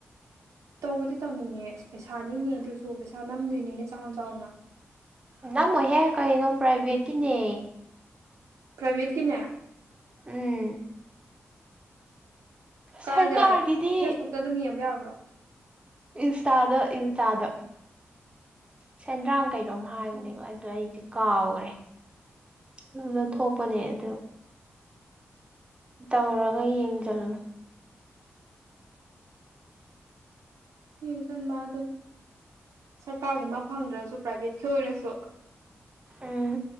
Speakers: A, on the right; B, on the right.
A: ꯇꯧꯕꯗꯤ ꯇꯧꯅꯤꯡꯉꯦ ꯑꯁ ꯄꯩꯁꯥꯅꯤꯅꯦ ꯑꯗꯨꯁꯨ ꯄꯩꯁꯥ ꯅꯝꯗꯣꯏꯅꯤꯅꯦ ꯆꯥꯎꯅ ꯆꯥꯎꯅ
B: ꯅꯝꯃꯣꯏꯍꯦ ꯀꯩꯅꯣ ꯄ꯭ꯔꯥꯏꯚꯦꯠꯀꯤꯅꯦ
A: ꯄ꯭ꯔꯥꯏꯚꯦꯠꯀꯤꯅꯦ
B: ꯎꯝ
A: ꯀꯥꯏꯗ
B: ꯁꯔꯀꯥꯔꯒꯤꯗꯤ
A: ꯐꯦꯁꯕꯨꯛꯇ ꯑꯗꯨꯝ ꯌꯦꯡꯕ ꯌꯥꯕ꯭ꯔꯣ
B: ꯏꯟꯁꯇꯥꯗ ꯏꯟꯁꯇꯥꯗ ꯁꯦꯟꯗ꯭ꯔꯥꯡ ꯀꯩꯅꯣꯝ ꯍꯥꯏꯕꯅꯦꯕ
A: ꯎꯝ
B: ꯑꯗꯣ ꯑꯩꯗꯤ ꯀꯥꯎꯔꯦ ꯑꯗꯨꯗ ꯊꯣꯛꯄꯅꯦ ꯑꯗꯨ ꯇꯧꯔꯒ ꯌꯦꯡꯖꯜꯂꯨ
A: ꯌꯦꯡꯖꯟꯕꯗꯨꯅꯤ ꯁꯔꯀꯥꯔꯒꯤ ꯃꯛ ꯐꯪꯗ꯭ꯔꯁꯨ ꯄ꯭ꯔꯥꯏꯚꯦꯠꯀꯤ ꯑꯣꯏꯔꯁꯨ
B: ꯎꯝ